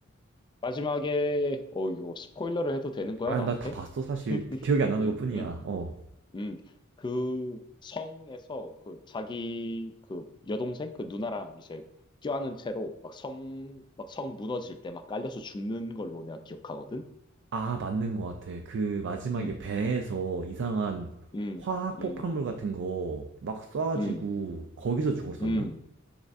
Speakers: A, on the left; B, on the right.
A: 마지막에, 어, 이거 스포일러를 해도 되는 거야,
B: 아,
A: 너한테?
B: 나 다 봤어, 사실.
A: <laughs>
B: 기억이 안 나는
A: 음,
B: 것 뿐이야.
A: 음.
B: 어.
A: 음, 그 성에서 그 자기 그 여동생 그 누나랑 이제 껴안은 채로 막 성, 막 성 무너질 때 막 깔려서 죽는 걸로 내가 기억하거든?
B: 아, 맞는 것 같아. 그 마지막에
A: 음,
B: 배에서 이상한
A: 음,
B: 화학 폭발물
A: 음,
B: 같은 거 막 쏴가지고,
A: 음,
B: 거기서 죽었었나?
A: 음.